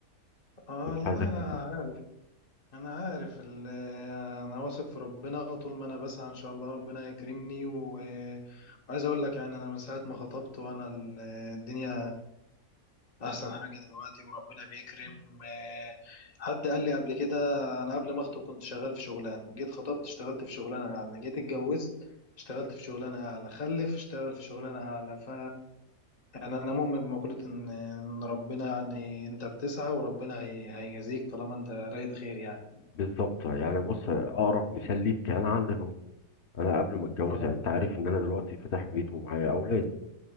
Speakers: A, on the left (about 30°); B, on the left (about 50°).
A: آه
B: فمش
A: والله
B: عايزك
A: أنا
B: تزعل
A: عارف أنا عارف ال- أنا واثق في ربنا وطول ما أنا بسعى إن شاء الله ربنا يكرمني و... وعايز أقول لك يعني أنا من ساعة ما خطبت وأنا ال- الدنيا احسن حاجه دلوقتي وربنا بيكرم آه، حد قال لي قبل كده انا قبل ما اخطب كنت شغال في شغلانه جيت خطبت اشتغلت في شغلانه اعلى جيت اتجوزت اشتغلت في شغلانه اعلى خلف اشتغل في شغلانه اعلى ف يعني انا مؤمن بمقوله ان ان ربنا يعني انت بتسعى وربنا هي... هيجازيك طالما انت رايت خير يعني
B: بالظبط يعني بص أقرب مثال ليك أنا عندك أهو أنا قبل ما أتجوز
A: اه
B: يعني أنت عارف إن أنا دلوقتي فاتح بيت ومعايا أولاد